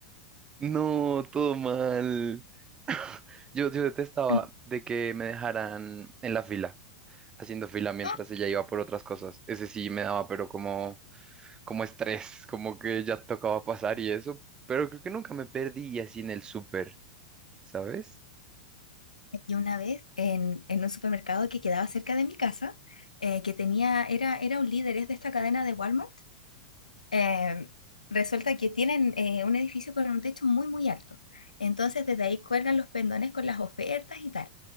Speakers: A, on the right (about 20°); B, on the left (about 85°).
A: No, todo mal. <laughs> Yo, yo detestaba
B: <gasps>
A: de que me dejaran en la fila, haciendo fila mientras
B: <clears throat>
A: ella iba por otras cosas. Ese sí me daba, pero como, como estrés, como que ya tocaba pasar y eso. Pero creo que nunca me perdí así en el súper, ¿sabes?
B: Y una vez en, en un supermercado que quedaba cerca de mi casa, eh, que tenía, era, era un líder, es de esta cadena de Walmart Eh, resulta que tienen eh, un edificio con un techo muy, muy alto. Entonces, desde ahí cuelgan los pendones con las ofertas y tal.